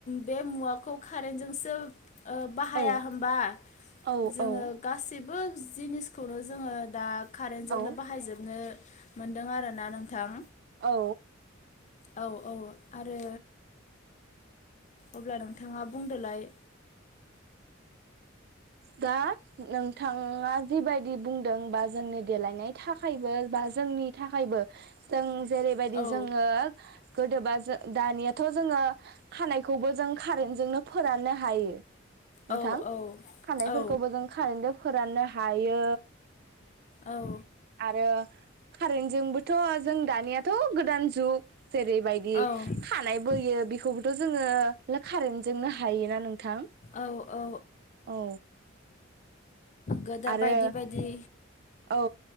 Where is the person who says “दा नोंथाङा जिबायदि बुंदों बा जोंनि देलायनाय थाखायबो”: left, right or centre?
Right